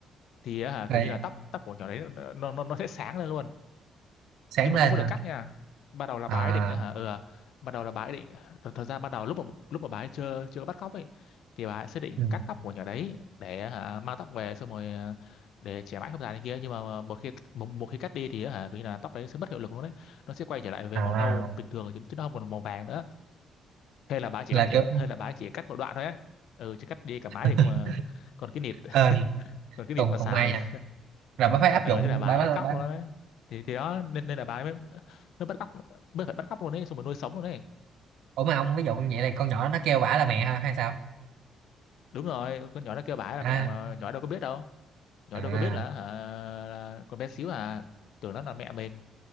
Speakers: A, on the left; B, on the right.
A: thì á hả
B: rồi
A: kiểu như là tóc tóc của nhỏ đấy nó nó nó nó sẽ sáng lên luôn
B: sáng
A: nhưng
B: lên
A: mà không có
B: nữa
A: được cắt nha ban đầu là
B: à
A: bà ấy định á hả ừ, ban đầu là bà ấy định thật, thật ra ban đầu lúc mà lúc mà bà ấy chưa chưa có bắt cóc ấy thì bà ấy sẽ định
B: ừ.
A: cắt tóc của nhỏ đấy để á hả mang tóc về xong rồi ờ, để trẻ mãi không già này kia nhưng mà một khi một, một khi cắt đi thì á hả kiểu như là tóc đấy sẽ mất hiệu lực luôn đấy nó sẽ quay trở lại về
B: à
A: màu nâu bình thường chứ, chứ nó không còn màu vàng nữa hay là bà ấy chỉ
B: là
A: cắt
B: kiểu
A: hay là bà ấy chỉ cắt một đoạn thôi ấy ừ chứ cắt đi cả mái
B: <laughs>
A: thì cơ mà còn cái nịt <laughs>
B: ờ
A: còn cái
B: cùng
A: nịt mà
B: cùng
A: xài
B: may à rồi bà phải áp
A: ờ
B: dụng
A: thế là bà
B: bà,
A: ấy
B: bà,
A: bắt cóc
B: bà.
A: luôn đấy thì thì đó nên nên là bà ấy mới mới bắt cóc mới phải bắt cóc luôn đấy xong rồi nuôi sống luôn đấy
B: ủa mà ông ví dụ như vậy này con nhỏ nó kêu bả là mẹ ha hay sao
A: đúng rồi con nhỏ nó kêu bà ấy là
B: à
A: mẹ mà nhỏ đâu có biết đâu nhỏ
B: à
A: đâu có biết là, hả, là con bé xíu à tưởng nó là mẹ mình